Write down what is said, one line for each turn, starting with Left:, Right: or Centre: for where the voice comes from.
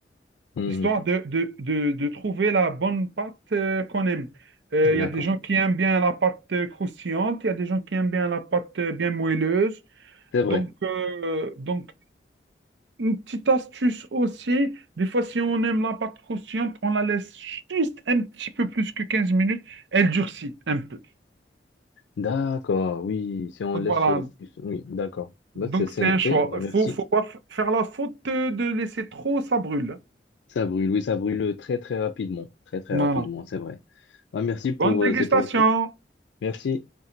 Left: Hmm,
Right: histoire de, de, de, de trouver la bonne pâte euh, qu'on aime. Euh,
Left: D'accord,
Right: Il y a des gens qui aiment bien la pâte euh, croustillante, il y a des gens qui aiment bien la pâte euh, bien moelleuse.
Left: c'est vrai.
Right: Donc, euh, donc Une petite astuce aussi, des fois, si on aime la pâte croustillante, on la laisse juste un petit peu plus que 15 minutes, elle durcit un peu.
Left: D'accord, oui, si on
Right: Donc
Left: laisse
Right: voilà,
Left: plus. Oui, d'accord. Bah,
Right: donc
Left: c'est c'est
Right: c'est
Left: noté.
Right: un choix.
Left: Bah, merci.
Right: Faut, faut pas f- faire la faute de de laisser trop, ça brûle.
Left: Ça brûle, oui, ça brûle très très rapidement, très très
Right: Voilà.
Left: rapidement, c'est vrai. Ah, merci pour
Right: Bonne dégustation!
Left: euh, cette recette. Merci.